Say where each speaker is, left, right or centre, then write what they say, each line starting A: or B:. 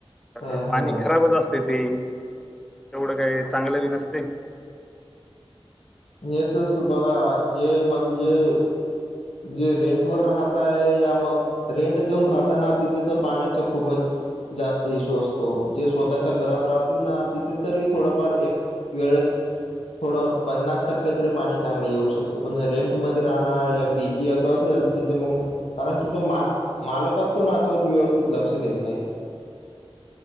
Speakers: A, in the centre; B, on the left (about 90°).
A: तर
B: हम्म
A: पाणी
B: हम्म
A: खराबच असते ते तेवढं काय चांगलं बी नसते
B: येतच बघा जे म्हणजे जे रेंट वर राहतय या मग रेंट देऊन राहताना तिथे तर पाण्याच्या खूपच जास्त इशू असतो जे स्वतःच्या घरात राहतील ना तिथे तरी थोडफार एक वे थोड पन्नास टक्के तरी पाणी चांगलं येऊ शकतं पण रेंट म राहणार पी जी असं असेल तिथे मग कारण की जो मा मालक असतो ना तो व्यवस्थित लक्ष देत नाही